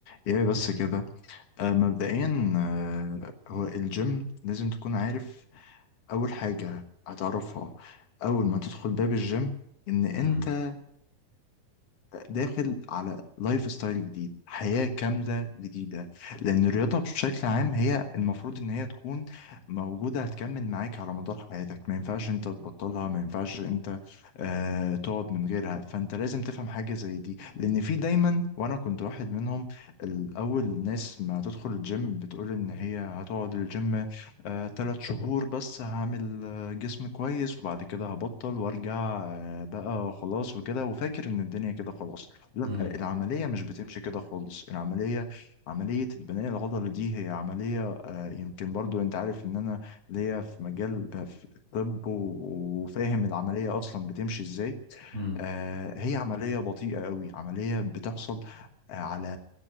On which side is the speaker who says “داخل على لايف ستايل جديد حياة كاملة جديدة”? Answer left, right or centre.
Left